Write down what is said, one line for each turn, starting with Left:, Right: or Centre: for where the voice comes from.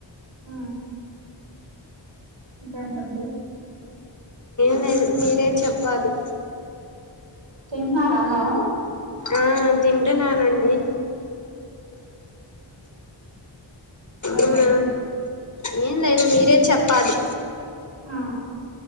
Right: అ ఇంకేంటండి
Left: నే మీరే చెప్పాలి
Right: తంటున్నారలో
Left: ఆ తింటున్నానండి
Right: ఇంటండి
Left: అవునా ఏం లేదు మీరే చెప్పాలి
Right: ఆ